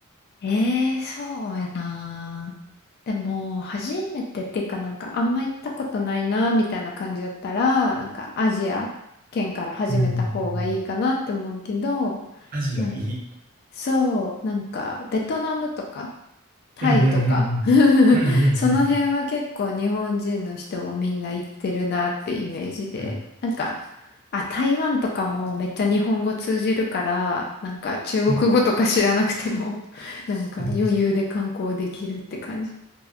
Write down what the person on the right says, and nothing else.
うんうんうんうん。アジアいい。
うんうんうんうん。
うんうん。
うん。
うん。うん。
うんうん。